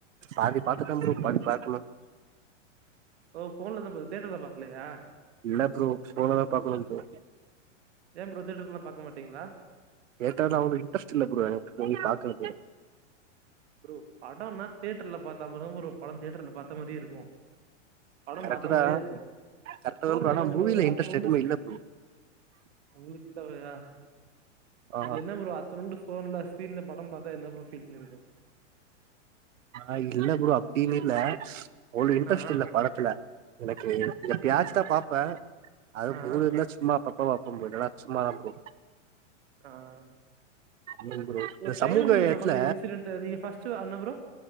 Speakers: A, on the right; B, on the right.
A: பாதி பாத்துட்டேன் ப்ரோ பாதி பாக்கணு
B: ஓ ஃபோன்லதா பாத் தேட்டர்ல பாக்கலயா
A: இல்ல ப்ரோ ஃபோன்லதா பாக்கணு ப்ரோ
B: ஏன் பரோ தேட்டர்ல்லா பாக்க மாட்டீங்ளா
A: தேட்டர்ல அவ்ளோ இன்ட்ரெஸ்ட் இல்ல பரோ எனக் போயி பாக்கற்துக்கு
B: ப்ரோ படோன்னா தேட்டர்ல பாத்தா அப்பதா ப்ரோ படோ தேட்டர்ல பாத்த மாரி இருக்கு படோ
A: கரெக்ட்
B: பாத்த
A: தா
B: மாத்ரியே இருக்கு
A: கரெக்ட்
B: போன்ல
A: தா ஆனா
B: என்ன
A: மூவில
B: ப்ரோ
A: இன்ட்ரெஸ்ட்
B: அத்னுன்டு
A: எதுமே இல்ல ப்ரோ
B: அவுங்களுக்கில்லவையா
A: ஆ
B: அது என்ன ப்‌ரோ அதனுன்டு ஃபோன்ல ஸ்கிரீன்ல படம் பாத்தா என்ன ப்ரோ ஃபீலிங் இருக்கு
A: ஆ இல்ல ப்ரோ அப்டின்னு இல்ல ஒரு இன்ட்ரெஸ்ட்
B: ஆ
A: இல்ல படத்துல எனக்கு எப்பயாச்சி தா பாப்பே அது
B: ஆ
A: மூடு இருந்தா சும்மா அப்பாவு அப்பம் போய்ட்டறா சும்மா தான் ப்ரோ
B: ஆ
A: நில்லுங்க ப்ரோ இந்த
B: உங்க சைல்டுஹுட்ல
A: சமூகத்துல
B: நடந்த இன்சிடெண்ட் நீங்க ஃபஸ்ட் அன்னா ப்ரோ